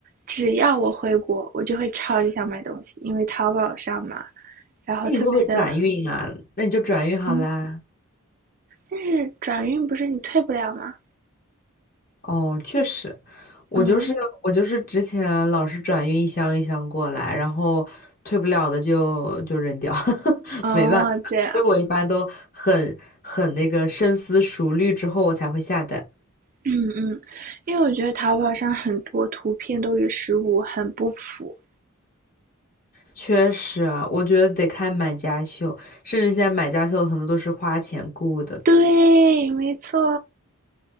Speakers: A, on the right; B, on the left.
A: 只要我回国，我就会超级想买东西，因为淘宝上嘛，然后特别的，
B: 哎，你会不会转运啊？那你就转运好啦。
A: 嗯，但是转运不是你退不了吗？
B: 哦，确实，我就是我就是之前老是转运一箱一箱过来，
A: 嗯，
B: 然后退不了的就就扔掉，<laughs>
A: 哦，
B: 没办法，
A: 这样，
B: 所以我一般都很很那个深思熟虑之后我才会下单。
A: <clears throat> 嗯嗯，因为我觉得淘宝上很多图片都与实物很不符，
B: 确实啊我觉得得看买家秀，甚至现在买家秀很多都是花钱雇的。
A: 对，没错，